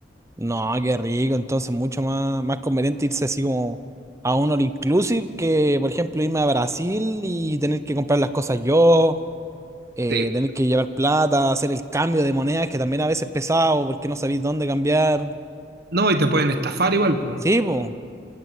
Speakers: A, on the right; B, on the right.
A: No, qué rico. Entonces, mucho más, más conveniente irse así como a un all inclusive que, por ejemplo, irme a Brasil y tener que comprar las cosas yo, eh,
B: Sí.
A: tener que llevar plata, hacer el cambio de monedas, que también a veces es pesado porque no sabéis dónde cambiar.
B: No, y te pueden estafar igual, po.
A: Sí, pues,